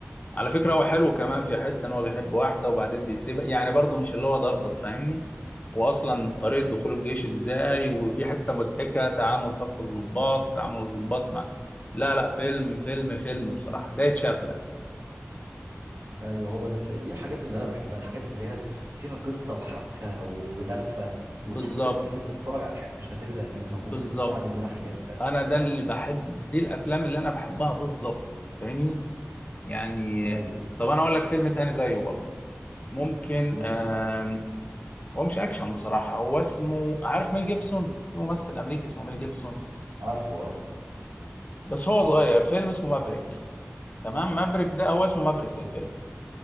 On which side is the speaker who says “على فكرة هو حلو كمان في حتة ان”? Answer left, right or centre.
Left